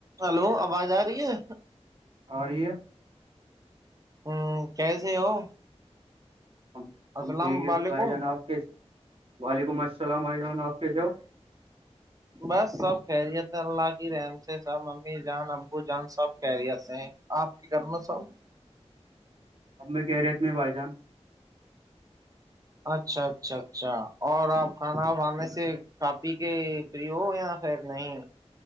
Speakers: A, on the right; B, on the right.
A: Hello آواز آ رہی ہے
B: اور یہ
A: ہوں کیسے ہو
B: ہم ہم
A: السلام
B: ٹھیک ہے
A: علیکم
B: بھائی جان آپ کے وعلیکم السلام بھائی جان آپ کے جو
A: بس سب خیریت ہے اللہ کی رحن سے سب امی جان ابو جان سب خیریت ہیں آپ کی گ میں صاب
B: اب میں کہہ رہے ات میں بھائی جان
A: اچھا اچھا اچھا اور آپ کھانا بھانے سے کاپی کے فری ہو یا خر نہیں